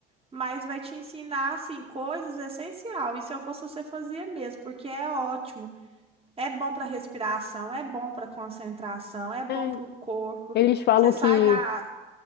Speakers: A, on the right (about 20°); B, on the left (about 35°).
A: mas vai te ensinar assim coisas essencial. E se eu fosse você fazia mesmo, porque é ótimo. É bom para respiração, é bom para concentração, é bom
B: É.
A: para o corpo.
B: Eles falam
A: Você sai
B: que
A: da